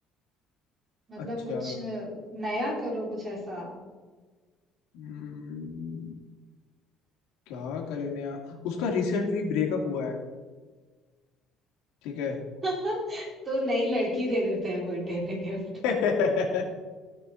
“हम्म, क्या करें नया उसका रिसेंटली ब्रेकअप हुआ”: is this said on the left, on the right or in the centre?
Left